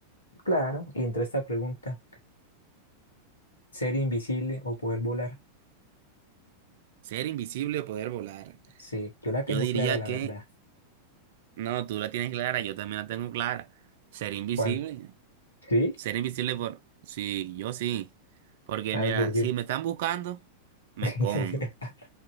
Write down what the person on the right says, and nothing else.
Ser invisible o poder volar.
Yo diría
que,
no, tú la tienes clara, yo también la tengo clara. Ser invisible.
Ser invisible por... Sí, yo sí. Porque
mira,
si me están buscando, me
escondo.